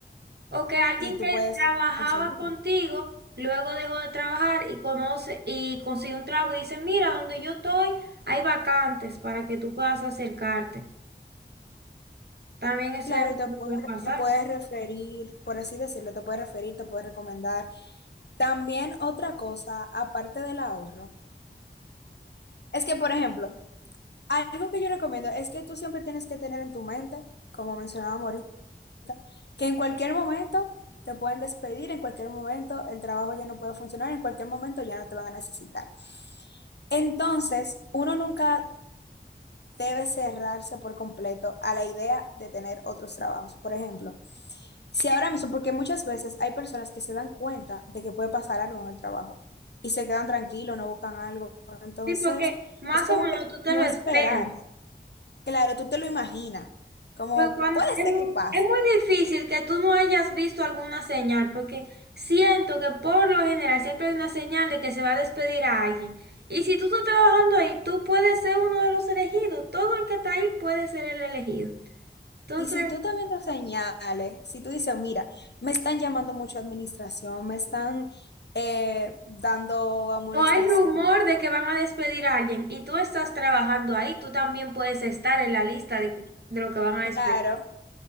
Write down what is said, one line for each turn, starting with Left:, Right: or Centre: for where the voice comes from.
Right: O que alguien
Left: y tú
Right: que
Left: puedes
Right: trabajaba
Left: conseguirlo.
Right: contigo luego dejó de trabajar y conoce y consigue un trabajo y dice, mira, donde yo estoy hay vacantes para que tú puedas acercarte. También eso
Left: Claro, y te puede-
Right: puede pasar.
Left: te puedes referir, por así decirlo, te puedes referir, te puedes recomendar. También otra cosa, aparte del ahorro, es que, por ejemplo, Algo que yo recomiendo es que tú siempre tienes que tener en tu mente, como mencionábamos ahorita, que en cualquier momento te pueden despedir, en cualquier momento el trabajo ya no puede funcionar, en cualquier momento ya no te van a necesitar. Entonces, uno nunca debe cerrarse por completo a la idea de tener otros trabajos. Por ejemplo, si ahora mismo, porque muchas veces hay personas que se dan cuenta de que puede pasar algo en el trabajo y se quedan tranquilos, no buscan algo. Entonces,
Right: Sí, porque más
Left: es como
Right: o menos
Left: que
Right: tú te
Left: no
Right: lo esperas.
Left: esperar. Claro, tú te lo imaginas, como
Right: Pero cuando-
Left: puede
Right: es,
Left: ser
Right: mu-
Left: que pase.
Right: es muy difícil que tú no hayas visto alguna señal, porque siento que por lo general siempre hay una señal de que se va a despedir a alguien. Y si tú estás trabajando ahí, tú puedes ser uno de los elegidos. Todo el que está ahí puede ser el elegido. Entonces,
Left: Y si tú también lo señales, si tú dices, mira, me están llamando mucho a administración, me están eh, dando amonestación,
Right: o hay rumor de que van a despedir a alguien y tú estás trabajando ahí, tú también puedes estar en la lista de, de lo que van a
Left: claro,
Right: despedir.